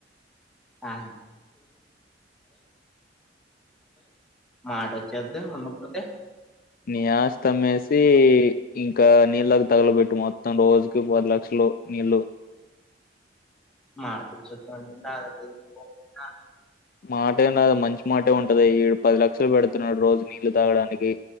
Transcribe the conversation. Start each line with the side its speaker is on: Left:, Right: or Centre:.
Centre: <unintelligible> ఆ మాటచ్చద్ద ఉన్నట్ట
Left: నీ ఆస్తి అమ్మేసి. ఇంకా నీళ్ళకు తగలబెట్టు మొత్తం రోజుకి పది లక్షలు నీళ్ళు.
Centre: మాటిచ్చేత్తాడంట <unintelligible>
Left: మాటేగాదు మంచి మాటే ఉంటది. ఈడు పది లక్షలు పెడుతున్నాడు రోజు నీళ్లు తాగడానికి.